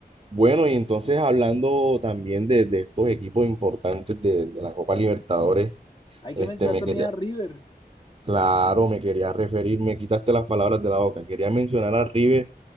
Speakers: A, on the right; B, on the left.
A: bueno, y entonces hablando también de, de estos equipos importantes de, de la Copa Libertadores,
B: Hay
A: este
B: que mencionar
A: me
B: también
A: quería,
B: a River.
A: claro, me quería referir, me quitaste las palabras de la boca, quería mencionar a River